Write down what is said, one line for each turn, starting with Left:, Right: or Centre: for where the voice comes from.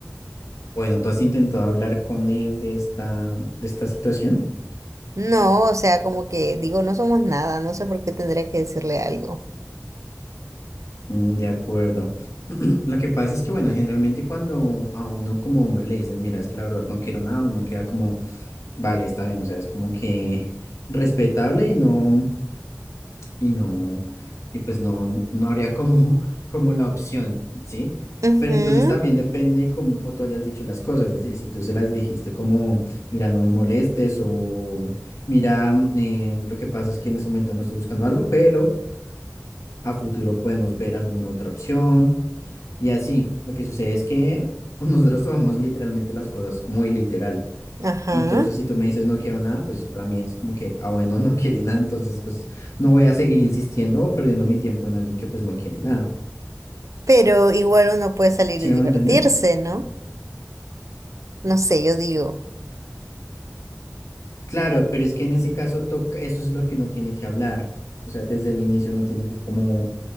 Left: Bueno, ¿tú has intentado hablar con él de esta, de esta situación?
Right: No, o sea, como que digo, no somos nada, no sé por qué tendría que decirle algo.
Left: Mm, De acuerdo. <laughs> <clears throat> Lo que pasa es que, bueno, generalmente cuando a uno como hombre le dicen, mira, es que la verdad no quiero nada, uno queda como, vale, está bien, o sea, es como que respetable y no. y no, y pues no, no habría como, <laughs> como la opción, ¿sí?
Right: Ujú,
Left: Pero entonces también depende cómo tú hayas dicho las cosas, es decir, si tú se las dijiste como, mira, no me molestes o mira, mm, eh, lo que pasa es que en ese momento no estoy buscando algo, pero a futuro podemos ver alguna otra opción. Y así, lo que sucede es que <laughs> nosotros tomamos literalmente las cosas muy literal.
Right: ajá.
Left: Entonces, si tú me dices no quiero nada, pues para mí es como que, ah, bueno, no quiere nada, entonces pues no voy a seguir insistiendo o perdiendo mi tiempo en alguien que pues no quiere nada.
Right: Pero igual uno puede salir
Left: ¿Sí
Right: y
Left: me
Right: divertirse,
Left: va a entender?
Right: ¿no? No sé, yo digo.
Left: Claro, pero es que en ese caso toca, eso es lo que uno tiene que hablar. O sea, desde el inicio uno tiene que como